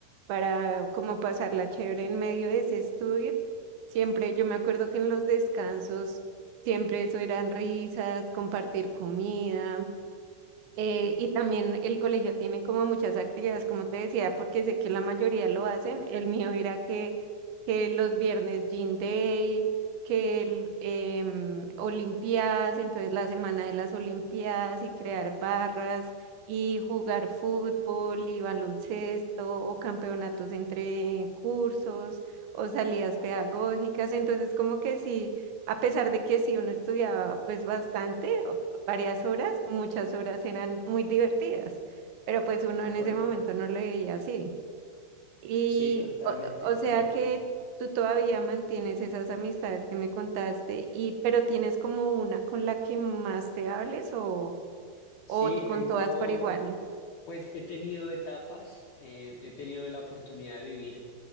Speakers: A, on the right; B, on the left.
A: para como pasarla chévere en medio de ese estudio. Siempre, yo me acuerdo que en los descansos, siempre eso eran risas, compartir comida. Eh, y también el colegio tiene como muchas actividades, como te decía, porque sé que la mayoría lo hacen. El mío era que, que los viernes Gym Day, que el, em, Olimpiadas, entonces la semana de las Olimpiadas y crear barras y jugar fútbol y baloncesto o campeonatos entre cursos o salidas pedagógicas. Entonces como que sí, a pesar de que sí uno estudiaba pues bastante varias horas, muchas horas eran muy divertidas, pero pues uno
B: acuerdo.
A: en ese momento no lo veía así. Y
B: Sí, totalmente
A: o, o
B: de acuerdo.
A: sea que tú todavía mantienes esas amistades que me contaste y pero tienes como una con la que más te hables o
B: Sí,
A: o con
B: tengo,
A: todas por igual.
B: pues he tenido etapas, eh, he tenido la oportunidad de vivir